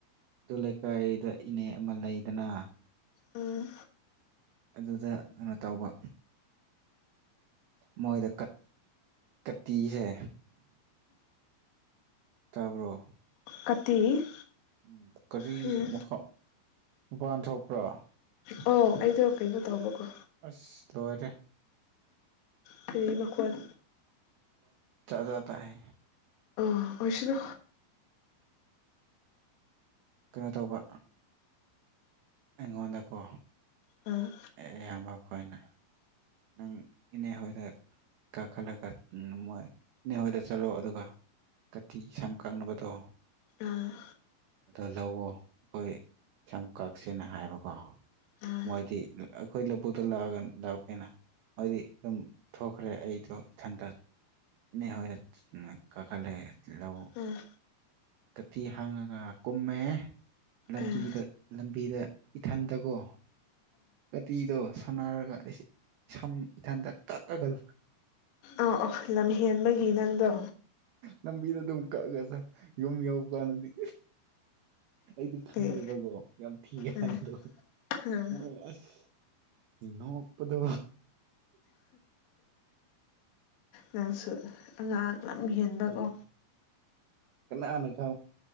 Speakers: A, on the right; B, on the left.
A: ꯑꯗꯨ ꯂꯩꯀꯥꯏꯗ ꯏꯅꯦ ꯑꯃ ꯂꯩꯗꯅ
B: ꯎꯝ
A: ꯑꯗꯨꯗ ꯀꯩꯅꯣ ꯇꯧꯕ ꯃꯣꯏꯗ ꯀꯠꯇꯤꯁꯦ ꯇꯥꯕ꯭ꯔꯣ
B: ꯀꯇꯤ
A: ꯎꯝ ꯀꯔꯤ
B: ꯎꯝ
A: ꯃꯈꯥ ꯃꯄꯥꯟ ꯊꯣꯛꯄ꯭ꯔꯥ
B: ꯑꯣ ꯑꯩꯗꯣ ꯀꯩꯅꯣ ꯇꯧꯕꯀꯣ
A: ꯑꯁ ꯂꯣꯏꯔꯦ
B: ꯐ ꯃꯈꯣꯟ
A: ꯆꯥꯖꯇꯥ ꯍ
B: ꯑꯣꯏꯔꯁꯤꯅꯣ
A: ꯀꯩꯅꯣ ꯇꯧꯕ ꯑꯦꯒꯣꯗꯀꯣ
B: ꯑꯥ
A: ꯑꯦ ꯑꯌꯥꯝꯕ ꯀꯣꯏꯅ ꯅꯪ ꯏꯅꯦ ꯍꯣꯏꯗ ꯀꯥꯈꯠꯂꯒ ꯃꯣꯏ ꯅꯅꯤꯍꯣꯏꯗ ꯆꯠꯂꯣ ꯑꯗꯨꯒ ꯀꯇꯤ ꯁꯝꯀꯛꯅꯕꯅꯕꯗꯣ
B: ꯑꯥ
A: ꯑꯗꯣ ꯂꯧꯋꯣ ꯑꯩꯈꯣꯏ ꯁꯝ ꯀꯛꯁꯦꯅ ꯍꯥꯏꯕꯀꯣ
B: ꯑꯥ
A: ꯃꯣꯏꯗꯤ ꯑꯩꯈꯣꯏ ꯂꯧꯕꯨꯛꯇ ꯂꯥꯛꯑꯒ ꯂꯥꯛꯄꯅꯤꯅ ꯃꯗꯤ ꯑꯗꯨꯝ ꯊꯣꯛꯈ꯭ꯔꯦ ꯑꯩꯗꯣ ꯏꯊꯟꯇꯟ ꯍ ꯀꯈꯜꯦ ꯂꯧ
B: ꯎꯝ ꯎꯝ
A: ꯀꯇꯤ ꯍꯥꯡꯉꯒ ꯀꯨꯝꯃꯦ ꯂꯝꯕꯤꯗ
B: ꯎꯝ
A: ꯂꯝꯕꯤꯗ ꯏꯊꯟꯗꯀꯣ ꯀꯥꯇꯤꯗꯣ ꯁꯥꯟꯅꯔꯒ ꯑꯩ ꯏꯁꯝ ꯏꯊꯟꯇ ꯀꯛꯑꯒꯜ
B: ꯑꯧ ꯑꯥ ꯂꯝꯍꯦꯟꯕꯒꯤ ꯅꯪꯗꯣ
A: ꯂꯝꯕꯤꯗ ꯑꯗꯨꯝ ꯀꯛꯑꯁ ꯌꯨꯝ ꯌꯎꯧꯕ ꯀꯥꯟꯗꯗꯤ ꯑꯩꯗꯤ ꯈꯪꯗꯦꯕꯀꯣ
B: ꯑꯦ
A: ꯌꯥꯝ ꯊꯤꯒ
B: ꯎꯝ
A: ꯍꯥꯏꯕꯗꯣ
B: ꯎꯝ
A: ꯃꯣꯏ ꯔꯁ ꯏꯟꯅꯣ ꯃꯄꯗ
B: ꯅꯪꯁꯨ ꯑꯉꯥꯡ ꯑꯃ ꯌꯦꯟꯕꯀꯣ
A: ꯀꯅꯥꯅ ꯈ